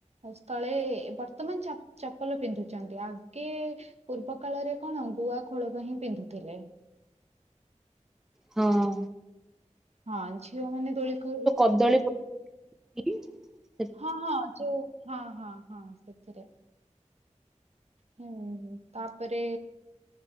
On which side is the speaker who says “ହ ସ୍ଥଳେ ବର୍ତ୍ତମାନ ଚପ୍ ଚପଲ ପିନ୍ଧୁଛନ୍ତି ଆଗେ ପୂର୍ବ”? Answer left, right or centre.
Right